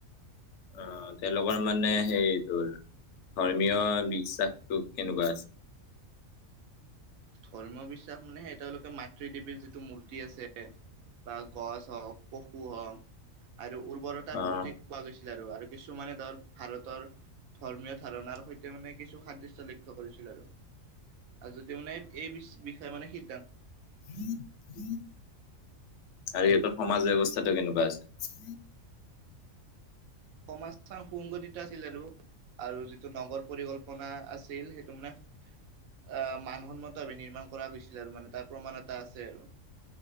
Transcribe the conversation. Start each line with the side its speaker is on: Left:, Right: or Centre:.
Left: অ তেওঁলোকৰ মানে সেইটোৰ ধৰ্মীয় বিশ্বাসটো কেনেকুৱা আছ-
Right: ধৰ্ম বিশ্বাস মানে স এ তেওঁলোকে মাতৃ দেৱীৰ যিটো মূৰ্তি আছে। বা গছ হওক, পশু হওক আৰু উৰ্বৰতাৰ
Left: অ',
Right: প্ৰতি পোৱা গৈছ- ছিল আৰু। আৰু কিছুমানে ধৰ ভাৰতৰ ধৰ্মীয় ধাৰণাৰ সৈতে মানে কিছু সাদৃশ্য লক্ষ্য কৰিছিল আৰু। আৰু যদিও মানে এই বিষয়ে মানে সি
Left: উ উ হাৰি এইটো সমাজ ব্যৱস্থাটো কেনেকুৱা আছ-
Right: সমাজখন সুংগতিত আছিল আৰু। আৰু যিটো নগৰ পৰিকল- পনা আছিল সেইটো মানে আহ মান সন্মতভাৱে নিৰ্মাণ কৰা গৈছিল আৰু মানে তাৰ প্ৰমাণ এটা আছে আৰু।